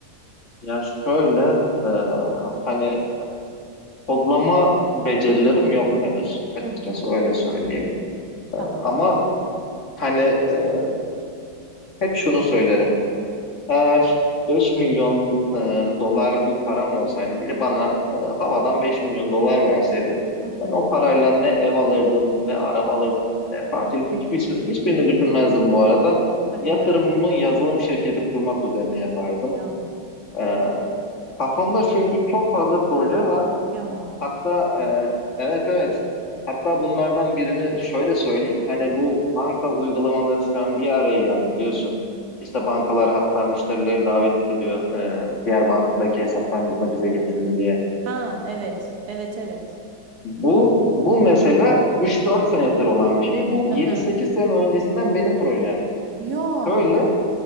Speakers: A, on the left; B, on the right.
A: ya şöyle e, hani kodlama becerilerim yok henüz açıkçası
B: Hı hı.
A: öyle söyleyeyim.
B: Tamam.
A: Ama hani e, Hep şunu söylerim. Eğer 5 milyon e, dolar bir param olsaydı, biri bana e, havadan 5 milyon dolar verseydi,
B: Hı
A: ben
B: hı.
A: o parayla ne ev alırdım, ne araba alırdım, ne tatil, hiçbir, şey, hiçbirini düşünmezdim bu arada.
B: Hadi
A: Yatırımımı
B: ya.
A: yazılım şirketi kurmak üzerine yapardım.
B: Ya.
A: E, kafamda çünkü çok fazla proje var.
B: Ya.
A: Hatta e, evet evet. Hatta bunlardan birini şöyle söyleyeyim. Hani bu banka uygulamaları şu an bir araya geldi biliyorsun. İşte bankalar hatta müşterileri davet ediyor. e, diğer bankadaki
B: Hadi.
A: hesaplarınızı da bize getirin diye.
B: Ha evet. Evet evet.
A: Bu bu mesela 3-4 senedir olan bir şey. Bu 7-8
B: Hı hı.
A: sene öncesinden benim projemdi.
B: Ya.
A: Şöyle